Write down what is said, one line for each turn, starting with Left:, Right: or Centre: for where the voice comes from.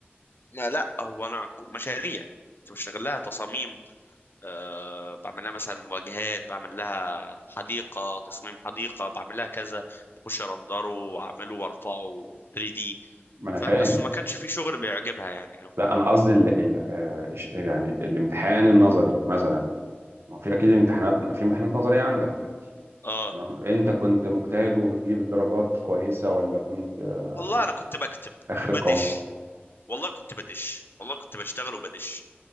Left: لا لا هو انا ك- مشاريع كنت بشتغل لها تصاميم أه بعمل لها مثلا واجهات بعمل لها حديقه تصميم حديقه بعمل لها كذا بخش ارندره واعمله وارفعه 3D
Right: ما انا
Left: فبس
Right: فاهم
Left: ما كانش في شغل بيعجبها يعني أوي.
Right: لا انا قصدي ال... ال... آه، إش- يعني الامتحان النظري مثلا ما في اكيد امتحانات في امتحانات نظريه عندك
Left: اه
Right: تمام انت كنت مجتهد وبتجيب الدرجات كويسه ولا كنت آه،
Left: والله انا كنت بكتب
Right: اخر القوم
Left: بدش والله كنت بدش والله كنت بشتغل وبدش